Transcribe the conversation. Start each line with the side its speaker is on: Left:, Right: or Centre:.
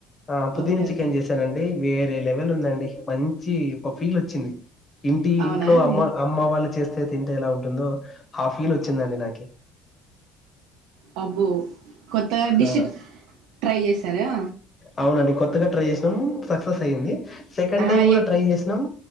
Left: ఆ పుదీనా
Right: ఓకే
Left: చికెన్
Right: ఓకే
Left: చేశానండి వేరే లెవల్ ఉందండి మంచి ఓ ఫీల్ వచ్చింది ఇంటి
Right: అవునా
Left: ఇంట్లో
Right: అండి
Left: అమ్మ అమ్మ వాళ్ళు చేస్త్ తే తింటే ఎలా ఉంటుందో ఆ ఫీల్ వచ్చిందండి నాకి
Right: అబ్బో కొత్తగా డిషిట్
Left: ఆ
Right: ట్రై చేశారా
Left: అవునండి కొత్తగా ట్రై చేసినాం సక్సెస్ అయ్యంది సెకండ్
Right: ఆ
Left: టైం కూడా
Right: ఎ
Left: ట్రై చేసినాం